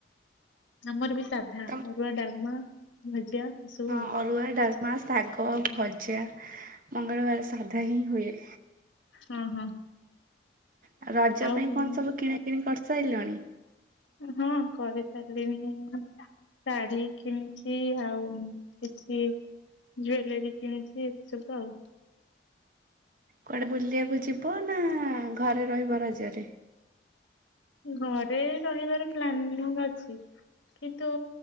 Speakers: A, on the left; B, on the right.
A: ଆମର ବି ସାଧା
B: ତମ
A: ଅରୁଆ ଡାଲମା ଭଜା। ଏସବୁ
B: ହଁ
A: ଆଉ
B: ଅରୁଆ ଡାଲମା ଶାଗ ଭଜା ମଙ୍ଗଳବାର ସାଧା ହିଁ ହୁଏ।
A: ହଁ ହଁ।
B: ଆଉ ରଜ
A: ଆଉ
B: ପାଇଁ କଣ ସବୁ କିଣା କିିଣି କରିସାରିଲଣି?
A: ହଁ କରିସାରିଲିଣି। ଶାଢୀ କିଣିଛି ଆଉ କିଛି ଜୁଏଲାରୀ କିଣିଚି ଏ ସବୁ ଆଉ।
B: କୁଆଡ଼େ ବୁଲିବାକୁ ଯିବ ନା ଘରେ ରହିବ ରାଜ୍ୟରେ?
A: ଘରେ ରହିବାର ପ୍ଲାନିଂ ଅଛି। କିନ୍ତୁ